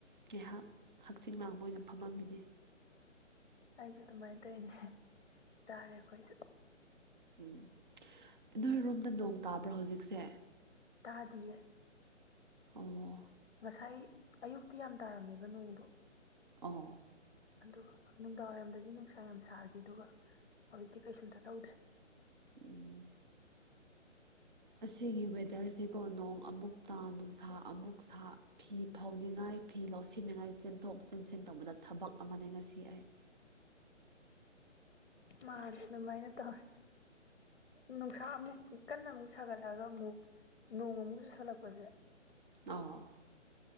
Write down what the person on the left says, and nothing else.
ꯑꯩꯁꯨ ꯑꯗꯨꯃꯥꯏꯅ ꯇꯧꯏꯅꯦ ꯆꯥꯔꯦ ꯑꯩꯈꯣꯏꯁꯨ꯫
ꯇꯥꯗꯤꯌꯦ꯫
ꯉꯁꯥꯏ ꯑꯌꯨꯛꯇꯤ ꯌꯥꯝ ꯇꯥꯔꯝꯃꯦꯕ ꯅꯣꯡꯗꯣ꯫
ꯑꯗꯨꯒ ꯅꯨꯡꯗꯥꯡꯋꯥꯏꯔꯝꯗꯗꯤ ꯅꯨꯡꯁꯥ ꯌꯥꯝ ꯁꯥꯈꯤ ꯑꯗꯨꯒ ꯍꯧꯖꯤꯛꯇꯤ ꯀꯩꯁꯨꯝꯇ ꯇꯧꯗ꯭ꯔꯦ꯫
ꯃꯥꯅꯦ ꯑꯗꯨꯃꯥꯏꯅ ꯇꯧꯋꯦ ꯅꯨꯡꯁꯥ ꯑꯃꯨꯛ ꯀꯟꯅ ꯑꯃꯨꯛ ꯁꯥꯒꯠꯂꯛꯑꯒ ꯑꯃꯨꯛ ꯅꯣꯡꯃꯨꯛ ꯆꯨꯁꯟꯂꯛꯄꯁꯦ